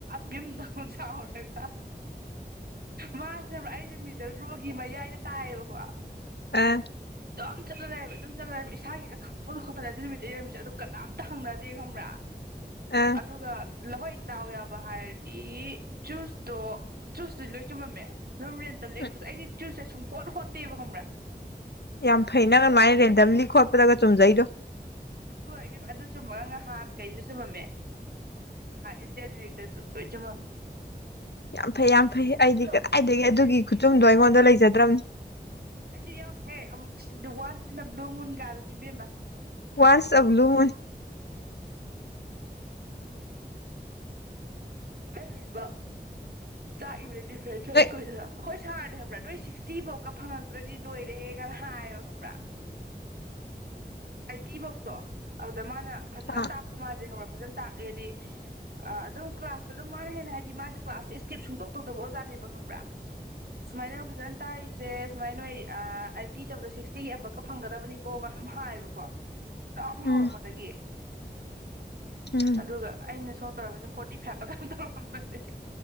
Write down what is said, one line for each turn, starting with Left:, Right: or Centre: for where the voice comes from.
Right: ꯕꯤꯝꯗꯧꯅ ꯆꯥꯎꯔꯒ ꯃꯥꯁꯤꯅꯦ ꯑꯩꯁꯦ ꯃꯤꯗꯜ ꯔꯣꯒꯤ ꯃꯌꯥꯏꯗ ꯇꯥꯏꯌꯦꯕꯀꯣ
Left: ꯑ
Right: ꯑꯗꯨꯝ ꯆꯠꯅ ꯂꯩꯔꯝꯃꯦ ꯑꯗꯨꯝ ꯆꯠꯅꯔꯝꯃꯦ ꯏꯁꯥꯒꯤ ꯑꯈꯪꯕꯗꯨ ꯈꯛꯇꯅꯗꯤ ꯅꯨꯃꯤꯠꯇ ꯏꯔꯝꯃꯤꯁꯦ ꯑꯗꯨ ꯅꯨꯃꯤꯠꯇꯣ ꯀꯅꯥꯝꯇ ꯍꯪꯅꯗꯦ ꯈꯪꯕ꯭ꯔꯥ
Left: ꯑꯥ
Right: ꯑꯗꯨꯒ ꯂꯍꯣꯏ ꯗꯥꯎ ꯌꯥꯕ ꯍꯥꯏꯔꯗꯤ ꯆꯨꯁꯇꯣ ꯆꯨꯁꯇꯨꯗꯤ ꯂꯣꯏ ꯆꯨꯝꯃꯝꯃꯦ ꯂꯨꯝꯨꯔꯦꯟ ꯇꯕ ꯂꯩ
Left: ꯎꯝ
Right: ꯑꯩꯈꯁꯦ ꯑꯩꯗꯤ ꯆꯨꯁꯁꯦ ꯁꯨꯝ ꯀꯣꯠ ꯀꯣꯠꯇꯦꯕ
Left: ꯌꯥꯝ ꯐꯩꯩꯅ ꯑꯗꯨꯃꯥꯏꯅ ꯔꯦꯟꯗꯝꯂꯤ ꯈꯣꯠꯄꯗꯒ ꯆꯨꯝꯖꯩꯗꯣ
Right: ꯑꯗꯨ ꯑꯗꯨ ꯆꯨꯝ ꯅꯍꯥꯟ ꯑꯩꯁꯨ ꯆꯨꯝꯃꯝꯃꯦ ꯏꯖꯛꯇꯁꯨ ꯂꯣꯏ ꯆꯨꯝꯃꯝꯃꯦ
Left: ꯌꯥꯝ ꯐꯩ ꯌꯥꯝ ꯐꯩ ꯑꯩꯗꯤ
Right: ꯑꯗꯣ
Left: ꯀꯗꯥꯏꯗꯒꯤ
Right: ꯖꯦꯅꯦꯔꯤꯛꯇꯤ
Left: ꯑꯗꯨꯒꯤ ꯈꯨꯆꯨꯝꯗꯣ ꯑꯩꯉꯣꯟꯗ ꯂꯩꯖꯗꯦ ꯃ ꯃꯔ꯭ꯔꯝ
Right: ꯑꯩꯁꯨ ꯌꯥꯎꯗꯦ ꯑꯃꯨꯛ ꯁꯤ once in the blue moon ꯒꯥꯅꯤꯕꯦꯝꯃ
Left: ꯋꯥꯁ ꯑꯦ ꯕꯨꯜ ꯃꯨꯜ
Right: ꯑꯔꯤꯕ ꯆꯥꯛꯏꯕꯗꯤ ꯗꯤꯐ꯭ꯔꯦꯟꯁꯨ
Left: ꯍꯦꯛ
Right: ꯀꯣꯏꯁꯤꯔ ꯍꯣꯏ ꯁꯥꯔꯗꯦ ꯍꯥꯏꯕ꯭ꯔꯥ ꯅꯣꯏ ꯁꯤꯛꯁꯇꯤ ꯐꯧꯀ ꯐꯪꯉꯛꯇ꯭ꯔꯗꯤ ꯂꯣꯏꯔꯦꯒꯅ ꯍꯥꯏꯌ ꯈꯪꯕ꯭ꯔꯥ ꯑꯩꯇꯤ ꯐꯧꯇꯣ ꯑꯗꯨꯗ ꯃꯥꯅ ꯐꯖꯅ
Left: ꯑꯥ
Right: ꯇꯥꯛꯄ ꯃꯥꯁꯦ ꯍꯧꯔꯛꯄ ꯐꯖꯅ ꯇꯥꯛꯑꯦꯗꯤ ꯑꯗꯨꯝ ꯀ꯭ꯂꯥꯁꯇ ꯑꯗꯨꯝ ꯃꯥꯅ ꯍꯦꯟꯅ ꯍꯥꯏꯗꯤ ꯃꯥꯁꯦ ꯀ꯭ꯂꯥꯁꯇ ꯏꯁꯀꯦꯞ ꯁꯨꯡꯇꯣꯛ ꯇꯧꯇꯕ ꯑꯣꯖꯥꯅꯦꯕ ꯈꯪꯕ꯭ꯔꯥ ꯁꯨꯃꯥꯏꯅ ꯐꯖꯅ ꯇꯥꯛꯏꯁꯦ ꯁꯨꯃꯥꯏꯅ ꯅꯣꯏ ꯑꯥꯏꯠꯇꯤ ꯇꯧꯗ ꯁꯤꯛꯁꯇꯤꯒꯤ ꯑꯕꯛꯀ ꯐꯪꯒꯗꯕꯅꯤꯀꯣꯒ ꯑꯗꯨꯝ ꯍꯥꯏꯌꯦꯕꯀ ꯋꯥ ꯑꯗꯨꯝ ꯍꯧꯔꯛꯄꯗꯒꯤ
Left: ꯎꯝ ꯎꯝ
Right: ꯑꯗꯨꯒ ꯑꯩꯅ ꯁꯣꯝ ꯇꯧꯅꯤꯅ ꯐꯣꯔꯇꯤ ꯐꯥꯏꯚꯇ ꯀ ꯇꯧꯔꯝꯕꯅꯤ